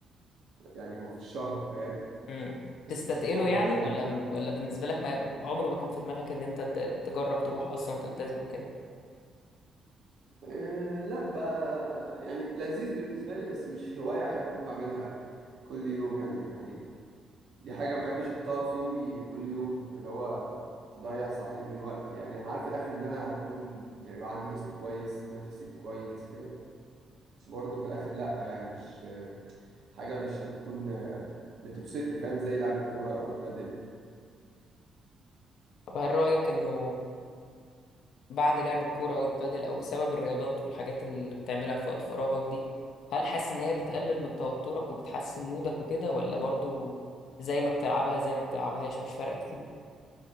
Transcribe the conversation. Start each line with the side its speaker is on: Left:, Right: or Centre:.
Right: يعني في الشهر فاهم
Left: امم تستتقله
Right: مش هو ملتزم
Left: يعني ولا ولا بالنسبه لك ما عمره ما كان في دماغك ان انت ت- تجرب تروح اصلا وتلتزم كده
Right: أه لا ب... يعني لذيذ بالنسبة لي بس مش هواية احب اكون بعملها كل يوم يعني يعني دي حاجة ما بحبش احطها في يومي كل يوم اللي هو تضيع ساعتين من وقتي يعني انا عارف في الاخر ان انا هكون يعني يبقى عندي جسم كويس نفسي كويس كده بس برضه في الاخر لا يعني مش حاجة مش هتكون بتبسطني فاهم زي لعب الكورة او البادل
Left: طب هل رايك انه بعد لعب الكوره او البادل او بسبب الرياضات والحاجات اللي بتعملها في وقت فراغك دي هل حاسس ان هي بتقلل من توترك وبتحسن مودك وكده ولا برضو زي ما بتلعبها زي ما بتلعبهاش مش فارقه كتير